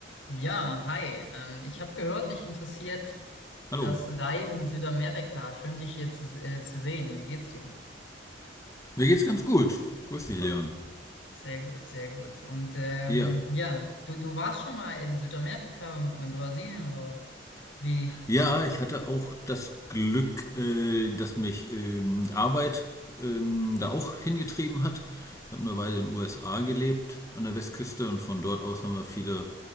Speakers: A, on the left; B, on the left.
A: Ja, hi. Ähm, ich habe gehört, dich interessiert
B: Hallo.
A: das Reisen Südamerika. Schön, dich hier zu, äh, zu sehen. Wie geht's dir?
B: Mir geht's ganz gut. Grüß dich, Leon.
A: Sehr gut, sehr gut. Und ähm,
B: Ja.
A: ja, du, du warst schon mal in Südamerika, in Brasilien oder wie,
B: Ja, ich hatte auch das Glück, äh, dass mich ähm, Arbeit ähm, da auch hingetrieben hat. Ich habe eine Weile in den USA gelebt, an der Westküste, und von dort aus haben wir viele